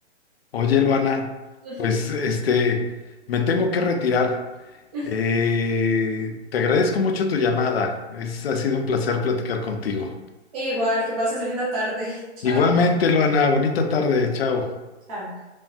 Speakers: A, on the left; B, on the right.
A: Oye, Luana,
B: Ujú,
A: pues este, me tengo que retirar.
B: ujú.
A: Eh, te agradezco mucho tu llamada. Es, ha sido un placer platicar contigo.
B: Igual, que pases linda tarde. <laughs> Chao.
A: Igualmente, Luana, bonita tarde, chao.
B: Chao.